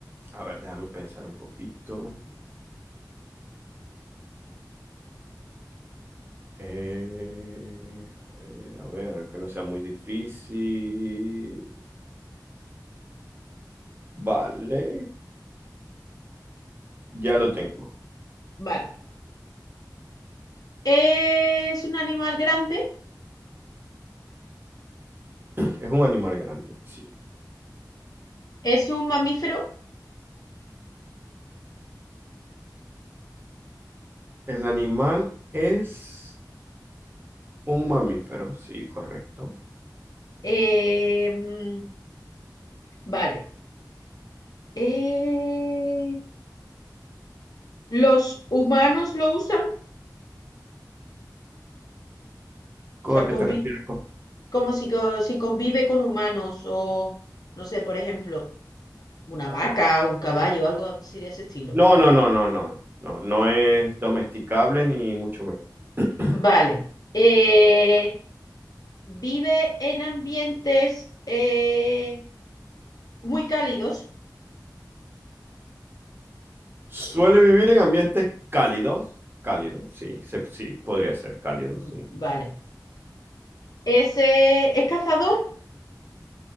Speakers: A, on the right; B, on the left.
A: A ver, déjame pensar un poquito. Eh, a ver, a ver, que no sea muy difícil. Vale, ya lo tengo.
B: vale. Es un animal grande,
A: Es un animal grande, sí.
B: es un mamífero.
A: El animal es un mamífero, sí, correcto.
B: eh, mm, vale. Eh, ¿los humanos lo usan? O
A: ¿Co-
B: sea,
A: ¿A qué
B: convi-
A: te refieres? co?
B: como si, co- si convive con humanos o, no sé, por ejemplo, una vaca, un caballo, algo así de ese estilo.
A: No, no, no, no, no, no, no es domesticable ni mucho menos. <clears throat>
B: Vale. Eh, ¿vive en ambientes eh, muy cálidos?
A: Suele vivir en ambientes cálidos, cálidos, sí, se- sí, podría ser cálido,
B: Mm,
A: sí.
B: Vale. ¿Es, eh, ¿es cazador?